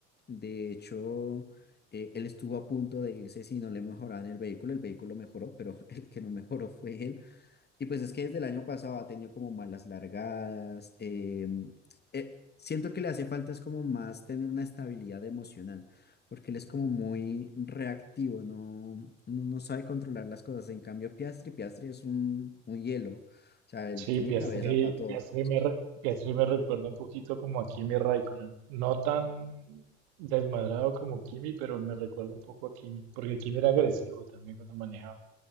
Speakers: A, on the left (about 30°); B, on the right (about 65°).
A: De hecho, eh, él estuvo a punto de irse si no le mejoraban el vehículo, el vehículo mejoró, pero <laughs> el que no mejoró fue él. Y pues es que desde el año pasado ha tenido como malas largadas. em, eh, siento que le hace falta es como más tener una estabilidad emocional, porque él es como muy reactivo, no, no, no sabe controlar las cosas. En cambio, Piastri, Piastri es un, un hielo. O sea, él
B: Sí,
A: tiene
B: Piastri,
A: cabeza para todo.
B: Piastri me, re- Piastri me recuerda un poquito como a Kimi Raikkonen. No tan desmadrado como Kimi, pero me recuerda un poco a Kimi, porque Kimi era agresivo también cuando manejaba.